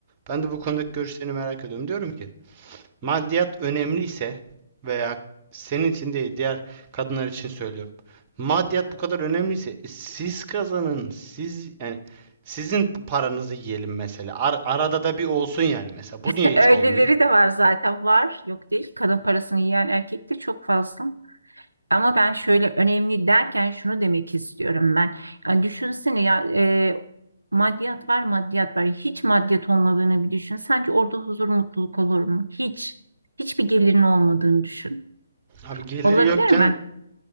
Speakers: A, on the right; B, on the right.
A: Ben de bu konudaki görüşlerini merak ediyorum. Diyorum ki maddiyat önemliyse veya senin için değil diğer kadınlar için söylüyorum. Maddiyat bu kadar önemliyse e, siz kazanın. Siz yani sizin paranızı yiyelim mesela. Ar- arada da bir olsun yani mesela.
B: <laughs>
A: Bu niye hiç
B: Öyleleri
A: olmuyor?
B: de var zaten var. Yok değil. Kadın parasını yiyen erkek de çok fazla. Ama ben şöyle önemli derken şunu demek istiyorum ben. Yani düşünsene ya e, maddiyat var maddiyat var. Hiç maddiyat olmadığını bir düşün. Sence orada huzur mutluluk olur mu? Hiç. Hiçbir gelirin olmadığını düşün.
A: Abi geliri
B: Olabilir
A: yokken
B: mi?